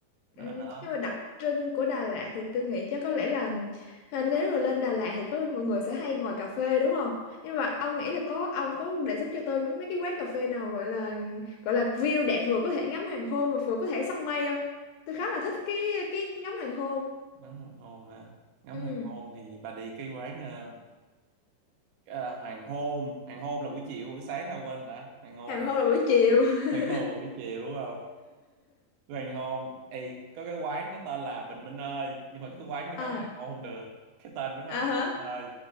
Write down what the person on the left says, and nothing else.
Ừ,
nhưng mà đặc trưng của Đà Lạt thì tôi nghĩ chắc có lẽ là à, nếu mà lên Đà Lạt thì có mọi người sẽ hay ngồi cà phê đúng không? Nhưng mà ông nghĩ là có ông có đề xuất cho tôi những mấy cái quán cà phê nào gọi là gọi là view đẹp vừa có thể ngắm hoàng hôn mà vừa có thể săn mây không? Tôi khá là thích cái cái ngắm hoàng hôn.
Ừ,
hoàng hôn là buổi chiều. <laughs>
À,
à
hả?